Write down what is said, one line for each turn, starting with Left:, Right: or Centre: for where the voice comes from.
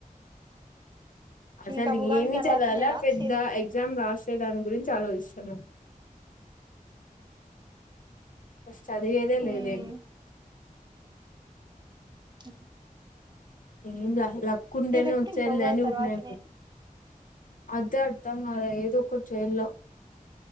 Left: అసలు
Right: ఇంకా ఉగాది
Left: ఏమి
Right: తర్వాత
Left: చదవాల
Right: నేనా వచ్చేది
Left: పెద్ద ఎగ్జామ్ రాస్ అే దాని గురించి ఆలోచిస్తాన్నాం ఫస్ట్ చదివేదే
Right: ఉమ్,
Left: లేదే
Right: ఓ
Left: ఏంల లక్కు ఉంటేనే
Right: ఎప్పుడు
Left: వచ్చేది
Right: ఇంకా ఉగాది
Left: లే అని
Right: తర్వాత
Left: ఉరికినే అయిపోత అదే అర్థం కాలాఏదో ఒకటి చేయాల